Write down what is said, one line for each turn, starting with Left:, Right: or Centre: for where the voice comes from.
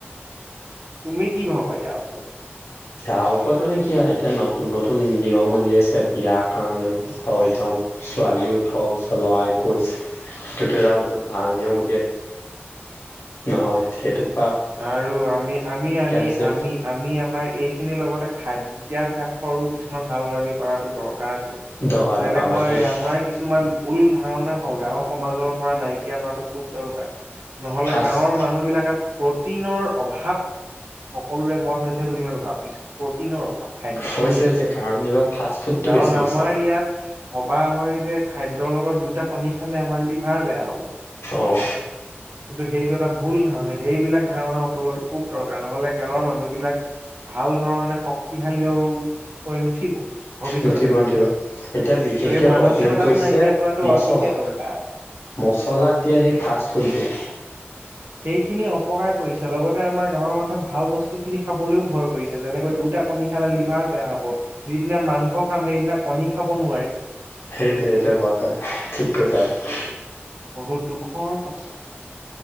Right: তুমি কি ভাবা ইয়াৰ ওপৰত?
Left: বিয়াৰ ওপৰত মানে কি আৰু, এতিয়া নতুন নতুন নিয়ম উলিয়াইছে বিয়াৰ কাৰণেও হয় তেওঁ, ছোৱালীৰ ওঠৰ বছৰ, ল'ৰাৰ একৈশ, সেইটোতো যাব বহুত ভাল নিয়ম উলিয়াইছে, নহয়, সেইটো
Right: আৰু আমি-আমি-আমি-আমি-আমি
Left: হৈছে
Right: আমাৰ এই খিনিৰ লগতে খাদ্যাভাসৰো কিছুমান সাল-সলনি কৰাতো দৰকাৰ আছে।
Left: দৰকাৰ
Right: যেনেকৈ
Left: দৰকাৰ মানুহে এতিয়া
Right: আমাৰ কিছুমান ভুল ধাৰণা হ'লগৈ, আমাৰ গাঁৱৰ সমাজৰ পৰা নাইকিয়া কৰাটো খুব দৰকাৰ। নহ'লে
Left: ফাষ্ট
Right: গাঁৱৰ মানুহবিলাকে প্ৰটিনৰ অভাৱ সকলোৰে ঘৰত হৈছে বুলি মই ভাব ৱিছোঁ, প্ৰটিনৰ অভাৱ খাদ্যত,
Left: হৈছে হৈছে কাৰণ এইবাৰ ফাষ্ট ফুডটো
Right: কাৰণ
Left: বেছি হৈছে
Right: আমাৰ ইয়াত ভবা হয় যে খাদ্যৰ লগত দুটা কণী খালে আমাৰ লিভ ভাৰ বেয়া হ'ব,
Left: অ
Right: কিন্তু সেইটো এটা ভুল ধাৰণা সেইবিলাক ধাৰণা আঁতৰোৱাতো খুব দৰকাৰ, নহ'লে গাঁৱৰ মানুহবিলাক ভাল ধৰণে শক শক্তিশালী আৰু হৈ নুঠিব। ভৱিষ্যতে
Left: নুঠিব নুঠিব, এতিয়া বিশেষকৈ
Right: আৰু এই মানসিকতাটো
Left: প্ৰব্লেম কৰিছে
Right: নাইকিয়া কৰাটো
Left: মচলা
Right: অতিকে দৰকাৰ
Left: মচলাত দিয়া সেই ফাষ্ট ফুডবোৰ
Right: <inaudible> সেইখিনি অপকাৰ কৰিছে, লগতে আমাৰ গাঁৱৰ মানুহে ভাল বস্তুখিনি খাবলৈও ভয় কৰিছে, যেনেকৈ দুটা কণী খালে লিভাৰ বেয়া হ'ব, যিদিনা মাংস খাম সেইদিনা কণী খাব নোৱাৰি
Left: সেইটোৱে সেইটোৱে, হয় হয়, ঠিক কৈছা তুমি।
Right: বহুত দুখৰ কথা,